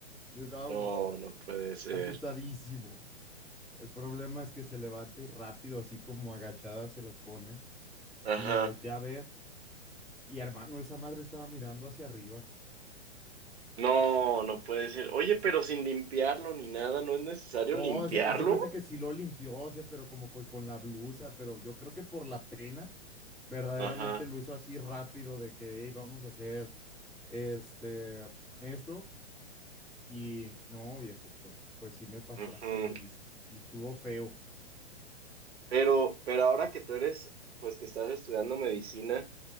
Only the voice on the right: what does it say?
No, no puede ser.
Ajá.
No, no puede ser. Oye, pero sin limpiarlo ni nada, ¿no es necesario
limpiarlo?
Ajá.
ujú.
Pero, pero ahora que tú eres, pues que estás estudiando medicina,